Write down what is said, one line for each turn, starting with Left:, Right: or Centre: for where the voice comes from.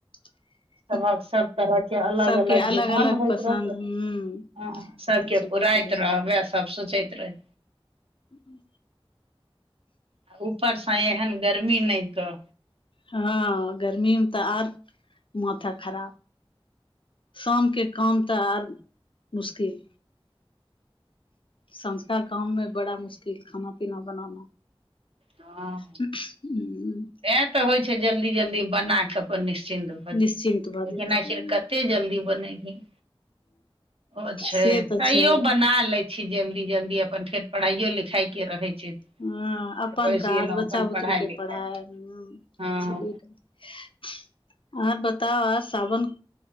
Left: <inaudible>
Right: सबहक सब तरह के अलग
Left: सबके
Right: अलग डिवानंड
Left: अलग
Right: होइत
Left: पसन्द
Right: रहतौ
Left: हूं
Right: हँ सबके
Left: तऽ छेबे
Right: पुराइत
Left: करै
Right: रहबै सब सोचैत रहै।
Left: हूँ हूँ
Right: आ ऊपरस एहन गर्मी नै त
Left: हँ गर्मी मे त आर माथा खराब शाम के काम तऽ आर मुश्किल। संझोका काममे बड़ा मुश्किल खाना पीना बनाना।
Right: हँ।
Left: हू। <unintelligible>
Right: तें तऽ होइ छै जल्दी जल्दी बना क अपन निश्चिन्त। भजो
Left: निश्चिन्त
Right: लेकिन
Left: भऽ जेतै
Right: आखिर
Left: हूं
Right: कते जल्दी बनेबही। ओ छै
Left: से तऽ
Right: तैयो
Left: छै
Right: बना लै छी जल्दी जल्दी अपन फेर पढ़ाइयो लिखाई के रहै छै।
Left: हँ
Right: फेर
Left: अपन
Right: बैस
Left: काज
Right: गेलहुँ
Left: बच्चा
Right: अपन
Left: बुतरुक
Right: पढ़ाइ
Left: के
Right: लिखाइ
Left: पढ़ाय। हूँ
Right: हँ
Left: छेबे करै आब बताउ सावन।